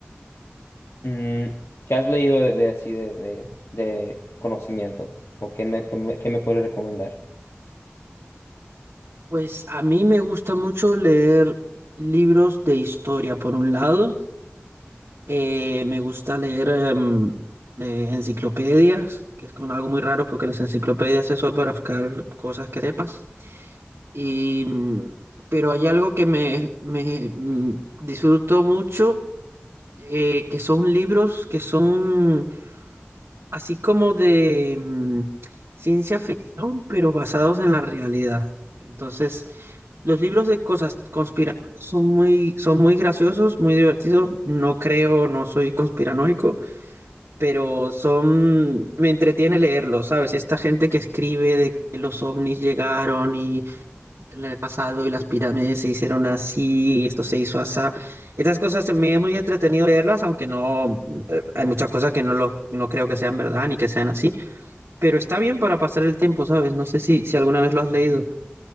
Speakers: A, on the left; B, on the right.
A: Mm, ¿qué has leído de, de así de, de, de conocimiento? ¿O qué me, qué me, qué me puedes recomendar?
B: Pues a mí me gusta mucho leer libros de historia, por un lado. Eh, me gusta leer em, eh, enciclopedias, que es con algo muy raro porque las enciclopedias es solo para buscar cosas que sepas. Y, mm, pero hay algo que me, me, mm, disfruto mucho, eh, que son libros que son así como de mm, ciencia ficción, pero basados en la realidad. Entonces, los libros de cosas conspiranoicas son muy, son muy graciosos, muy divertidos. No creo, no soy conspiranoico pero son, me entretiene leerlo, ¿sabes? Esta gente que escribe de que los ovnis llegaron y en el pasado y las pirámides se hicieron así y esto se hizo así. Estas cosas me es muy entretenido leerlas, aunque no, eh, hay muchas cosas que no lo, no creo que sean verdad ni que sean así, pero está bien para pasar el tiempo, ¿sabes? No sé si, si alguna vez lo has leído.